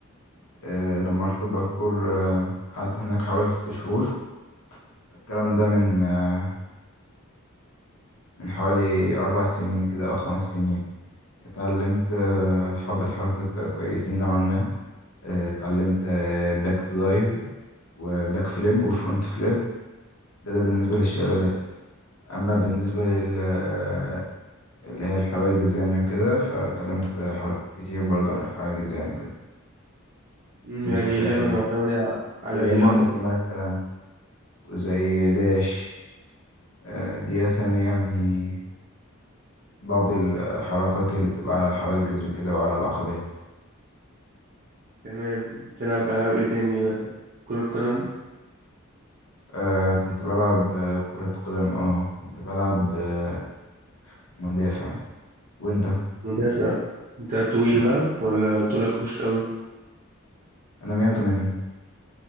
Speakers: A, on the left; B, on the right.
A: آه، لما رحت الباركور آه، قعدت هناك حوالي ست شهور الكلام ده من آه، من حوالي أربع سنين كده أو خمس سنين اتعلمت آه، حبة حركة كويسين نوعا ما آه، اتعلمت آه، باك دايف وباك فليب وفرونت فليب ده ده بالنسبة للشقلبات أما بالنسبة لل آه، اللي هي الحواجز يعني وكده فتعلمت حركات كتير برضو عن الحواجز يعني وكده
B: مم،
A: بس مش
B: يعني
A: فاكر
B: اللعبة
A: اسامي
B: معتمدة على
A: زي
B: اللياقة
A: مونكي مثلا وزي داش آه، دي اسامي يعني بعض الحركات اللي بتبقى على الحواجز وكده وعلى العقبات
B: تمام تلعب ألعاب إيه تاني غيرها؟ كرة قدم
A: آه كنت بلعب آه، كرة قدم اه كنت بلعب آه، مدافع وانت
B: مدافع أنت طويل بقى ولا طولك مش قوي؟
A: انا 180